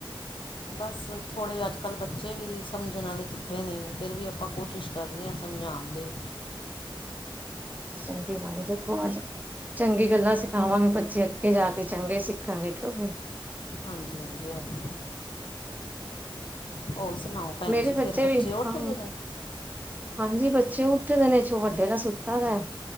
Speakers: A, on the left (about 70°); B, on the right (about 20°).
A: ਬਸ ਥੋੜੇ ਅੱਜ -ਕੱਲ ਕੱਲ੍ਹ ਬੱਚੇ ਵੀ ਸਮਝਣ ਵਾਲੇ ਕਿੱਥੇ ਨੇ ਫਿਰ ਵੀ ਆਪਾਂ ਕੋਸ਼ਿਸ਼ ਕਰਨੇ ਹਾਂ ਸਮਝਾਉਣ ਦੀ
B: ਚੰਗੀ ਗੱਲ ਹੈ ਦੇਖੋ ਅੱਜ ਚੰਗੀ ਗੱਲਾਂ ਸਿਖਾਵਾਂਗੇ ਬੱਚੇ ਅੱਗੇ ਜਾ ਕੇ ਚੰਗੇ ਸਿੱਖਾਂਗੇ ਕਿਉਂ ਨਹੀਂ।
A: ਹਾਂਜੀ-ਹਾਂਜੀ ਇਹ ਤੇ ਹੈ। ਹੋਰ ਸੁਣਾਓ ਭੈਣ
B: ਮੇਰੇ
A: ਜੀ ਫਿਰ ਬੱਚੇ
B: ਵੀ
A: ਉੱਠ
B: ਹਾਂ
A: ਗਏ ਨੇ
B: ਹਾਂਜੀ ਬੱਚੇ ਉੱਠਦੇ ਨੇ ਵੱਡੇ ਦਾ ਸੁੱਤਾ ਦਾ